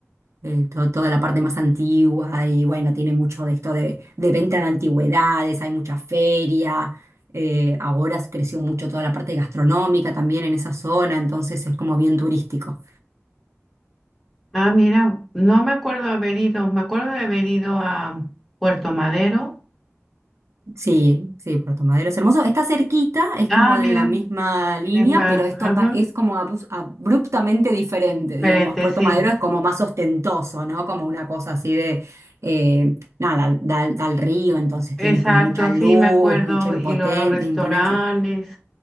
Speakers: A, on the right; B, in the centre.
A: Eh, to- toda la parte más antigua y bueno, tiene mucho de esto de, de venta de antigüedades, hay mucha feria, eh, ahora creció mucho toda la parte gastronómica también en esa zona, entonces es como bien turístico.
B: Ah, mira, no me acuerdo de haber ido, me acuerdo de haber ido a Puerto Madero.
A: Sí, sí, Puerto Madero es hermoso. Está cerquita, es
B: Ah,
A: como de
B: mira,
A: la misma línea,
B: de ma-
A: pero es,
B: ajá,
A: tota- es como abus- abruptamente diferente, digamos.
B: diferente,
A: Puerto
B: sí.
A: Madero es como más ostentoso, ¿no? Como una cosa así de, eh, nada, da, da al río, entonces
B: Exacto,
A: tienes como mucha luz,
B: sí, me acuerdo.
A: mucha impoten-
B: Y luego los restaurantes.
A: imponencia.